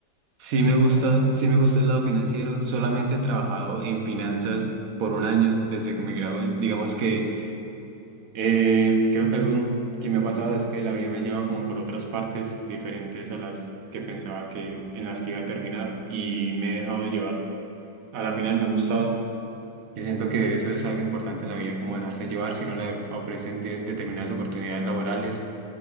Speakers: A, on the right (about 65°); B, on the right (about 30°).
A: sí
B: o,
A: me gusta, sí me gusta el lado financiero. Solamente he trabajado en finanzas por un año desde que me gradué. Digamos que eh, creo que algo que me ha pasado es que la vida me lleva como por otras partes diferentes a las que pensaba que en las que iba a terminar y me he dejado llevar. A la final me ha gustado y siento que eso es algo importante en la vida, como dejarse llevar. Si no le ofrecen de- determinadas oportunidades
B: o
A: laborales,
B: o